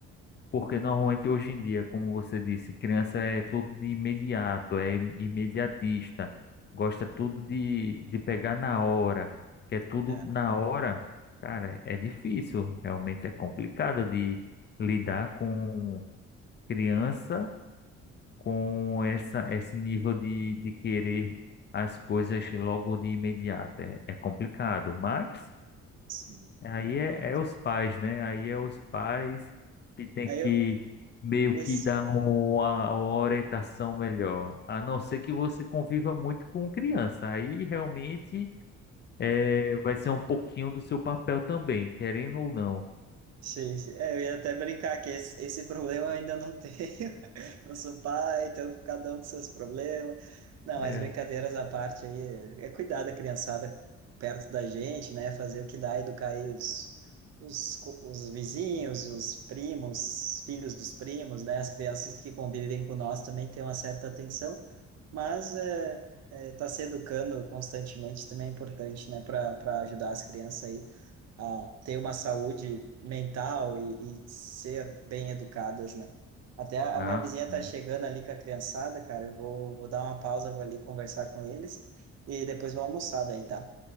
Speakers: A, on the left; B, on the right.
A: porque normalmente hoje em dia, como você disse, criança é tudo de imediato, é imediatista, gosta tudo de, de pegar na hora, quer tudo
B: é,
A: na hora. Cara, é difícil, realmente é complicado de lidar com criança com essa, esse nível de, de querer as coisas logo de imediato. É, é complicado, mas
B: sim,
A: Aí
B: é verdade.
A: é, é os pais, né? Aí é os pais que tem
B: Aí
A: que
B: eu,
A: meio
B: esse,
A: que dar uma, uma orientação melhor. A não ser que você conviva muito com criança. Aí realmente é, vai ser um pouquinho do seu papel também, querendo ou não.
B: Sim, sim. É, eu ia até brincar que esse, esse problema eu ainda não tenho. <laughs> Não sou pai, então cada um com seus problemas. Não,
A: É.
B: mas brincadeiras à parte aí, é cuidar da criançada perto da gente, né? Fazer o que dá, educar aí os, os, co- os vizinhos, os primos, filhos dos primos, né? As crianças que convivem com nós também têm uma certa atenção, mas é, é, tá se educando constantemente também é importante, né? Para para ajudar as crianças aí a ter uma saúde mental e, e ser bem educadas, né? Até a
A: Ah,
B: a minha vizinha
A: sim.
B: tá chegando ali com a criançada, cara. Eu vou, vou dar uma pausa, vou ali conversar com eles e depois vou almoçar daí, tá?